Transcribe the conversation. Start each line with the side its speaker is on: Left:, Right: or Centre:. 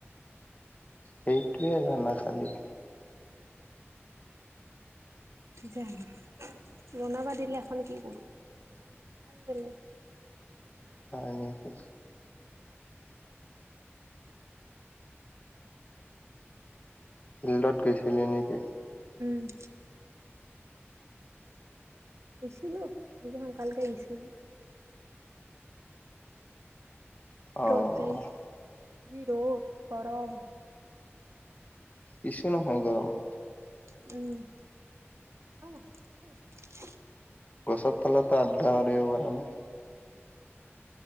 Left: সেইটোৱেই জানা খালী।
Right: যানো, বনাবা দিলে এখন কি কৰো, খাই বোলে।
Left: হয় নেকি? ফিল্ডত গৈছিলি নেকি?
Right: উম। ইছিলোঁ আজি সোনকালকে আহিছিলোঁ।
Left: অ'
Right: ৰ'দ দই, যি ৰ'দ গৰম।
Left: কিছু নহয় গৰম।
Right: উম।
Left: গছত তালত আড্ডা মাৰিব পৰা নাই?